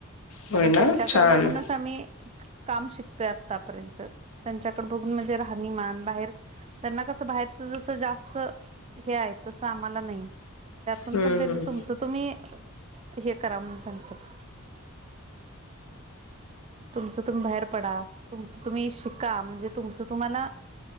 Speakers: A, on the right (about 30°); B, on the left (about 80°).
A: कारण
B: होय ना
A: त्यांच्याकडे
B: छान
A: बघूनच आम्ही. काम शिकतोय आतापर्यंत, त्यांच्याकड बघून म्हणजे राहणीमान बाहेर त्यांना कसं बाहेरच जसं जास्त हे आहे तसं आम्हाला नाही. त्यातून
B: हम्म.
A: पण त्यांनी तुमचं. तुम्ही हे करा म्हणून सांगतात. तुमचं तुम्ही बाहेर पडा. तुमचं तुम्ही शिका म्हणजे तुमचं तुम्हाला